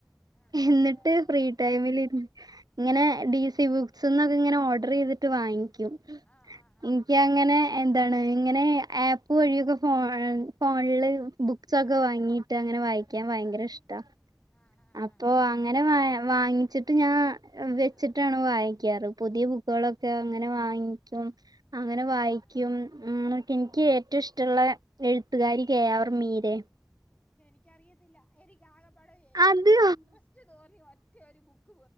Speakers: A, on the left; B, on the right.
A: ആ
B: എന്നിട്ട് ഫ്രീ
A: എങ്ങനെ
B: ടൈമില് ഇരുന്ന് ഇങ്ങനെ ഡി സി ബുക്സ്ന്നൊക്കെ ഇങ്ങനെ ഓർഡർ ചെയ്തിട്ട് വാങ്ങിക്കും
A: ആ ഹാ ഹാ
B: എനിക്ക് ഇങ്ങനെ എന്താണ് ഇങ്ങനെ ആപ്പ് വഴിയൊക്കെ ഫോ ഫോണില് ബുക്സൊക്കെ
A: ആഹാ
B: വാങ്ങീട്ട് അങ്ങനെ വായിക്കാൻ ഭയങ്കര ഇഷ്ടാ
A: ആഹാ ഹാ
B: അപ്പൊ വാ ഇങ്ങനെ വാങ്ങിച്ചിട്ട് ഞാൻ വെച്ചിട്ട്
A: ആ
B: വായിക്കാറ് പുതിയ ബുക്കുകളൊക്കെ അങ്ങനെ വാങ്ങിക്കും അങ്ങനെ
A: ആഹാ
B: വായിക്കും
A: ഹാ ആ
B: എനിക്ക് ഏറ്റവും ഇഷ്ടം ഇഷ്ട്ടമുള്ള എഴുത്തുകാരി കെ ആർ മീരയാ
A: എനിക്കറിയത്തില്ല എനിക്ക് ആക പാടേ
B: അത്
A: ഇൻട്രസ്റ്റ് റ്റ് തോന്നി ഒറ്റ ഒരു ബുക്ക്